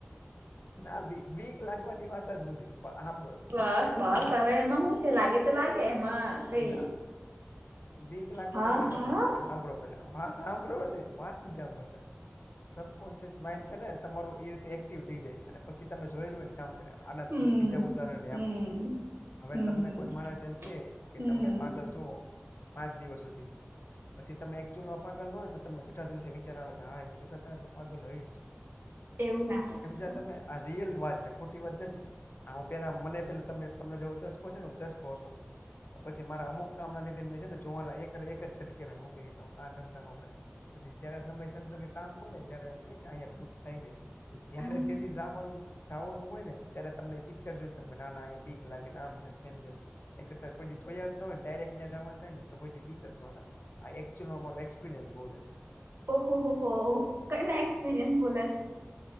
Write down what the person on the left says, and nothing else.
ના બી બીક લાગવાની વાત જ નથી, પ સાંભળો
ના બીક લાગવાની
વાત
જ નથી કાઈ સાંભળો પેલા વાત સાંભળોને વાત નથી સાંભળતા સબકોન્શિયસ માઈન્ડ છે, ને તમારું એ રીતે એક્ટિવ થઈ જાય અને પછી તમે જોયેલું હોય, ને કામ કરે આના
ત બીજા ઉદાહરણને
આપુ હવે
તમને કોઈ માણસ એમ કે કે
તમે પાગલ છો પાંચ દિવસ સુધી પછી તમે એકચૂલમાં પાગલ ન હોય, તો તમને <unintelligible> દિવસે વિચાર આવે કે હા ઈ કેતાતા હું પાગલ હોઈશ
સમજ્યા
તમે આ રિયલ વાત છે ખોટી વાત નથી આહું પેલા મને પેલા તમે તમને ચસ્કો છે, ને ચસ્કો હતો પછી મારા અમુક કામ ના લીધે મે છે ને જોવાના એક એક જ ઝટકે મે મૂકી દીધો આ ધંધા ન કરે પછી જયારે સમય સંજોગે કામ હોયને જયારે એમ કે કે આયા ભૂત થાય હે. જયારે
તેદી જાવાનું જાવાનું હોય, ને ત્યારે તમને પિક્ચર જોઈને તમને નાના આયા બીક લાગેને આમ છે, તેમ છેને- એન કરતા કોઈદી જોયા જ નો હોય ને, ડાયરેક ન્યા જાવા નું થાયને તો કોઈ બીક જ નો લાગે આએક- <unintelligible> અમારો એક્સપિરિયન્સ બોલે છે.